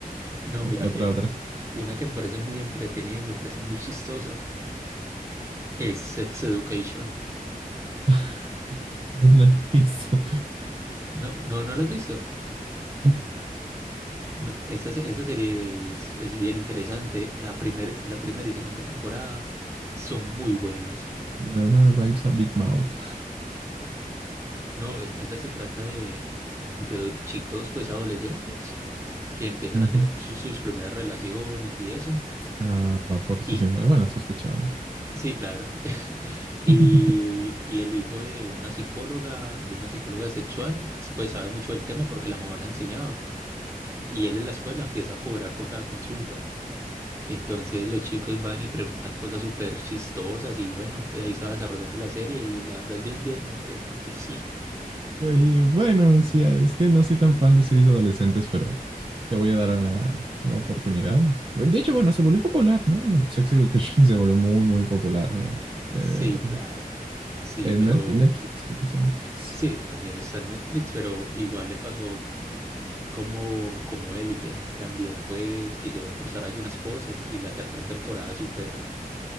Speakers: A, on the right (about 20°); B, on the right (about 35°).
A: No,
B: Ot-
A: mira
B: Otra,
A: que
B: otra.
A: una que me parece muy entretenida y me parece muy chistosa es Sex Education.
B: <laughs> Esa no la he visto. <laughs>
A: No, no, no la has visto.
B: No,
A: No, esa, se- esa serie es, es bien interesante. La primer, la primera y segunda temporada son muy buenas.
B: Me da una vibes a Big Mouth.
A: No, es- esa se trata de, de chicos pues adolescentes que empiezan
B: <laughs> Ujú.
A: a tener su- sus primeras relaciones y eso.
B: Ah, va por asesinato.
A: Y
B: Bueno, sospechaba,
A: sí, claro. <laughs>
B: <laughs>
A: Y, y el hijo de una psicóloga, de una psicóloga sexual, pues sabe mucho del tema porque la mamá la enseñaba. Y él en la escuela empieza a cobrar por cada consulta. Entonces los chicos van y preguntan cosas súper chistosas y bueno, de ahí se va desarrollando la serie y la verdad es bien, bien interesante, <laughs> sí.
B: Y bueno, sí, es que no soy tan fan de series de adolescentes, pero le voy a dar una, una oportunidad. De hecho, bueno, se volvió popular, ¿no? Sex Education <laughs> se volvió muy, muy popular. eh, eh,
A: Sí, claro. Sí,
B: en
A: pero
B: Net- en Netflix, creo que es en Netflix.
A: sí, también está en Netflix, pero igual le pasó. como, como Élite. También pues quisieron forzar algunas cosas y la tercera temporada súper,